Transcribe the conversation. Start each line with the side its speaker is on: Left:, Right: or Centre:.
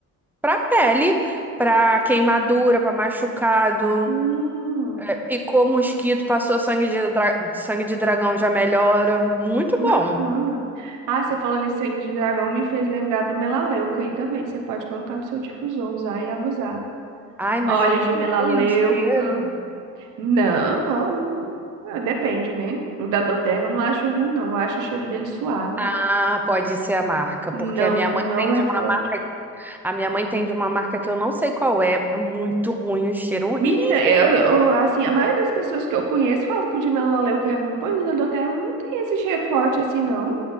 Centre: Pra pele, pra queimadura, pra machucado,
Right: Hum,
Centre: é, picou mosquito, passou sangue de, dra- sangue de dragão, já melhora. Muito
Right: bacana.
Centre: bom.
Right: Ah, você falando em sangue de dragão me fez lembrar do melaleuca aí também. Você pode colocar no seu difusor, usar e abusar.
Centre: Ai, mas
Right: Óleo
Centre: é muito
Right: de melaleuca.
Centre: ruim o cheiro.
Right: Não, ah, depende, né? O da Doterra eu não acho ruim, não. Eu acho o cheiro dele suave.
Centre: Ah, pode ser a marca,
Right: Não,
Centre: porque a minha
Right: não
Centre: mãe tem
Right: é
Centre: de
Right: forte.
Centre: uma marca, a minha mãe tem de uma marca que eu não sei qual é, É muito ruim o cheiro, horrível.
Right: Menina, eu, eu- assim, a maioria das pessoas que eu conheço fala que o de melaleuca é ruim, pois o da Doterra não tem esse cheiro forte assim, não.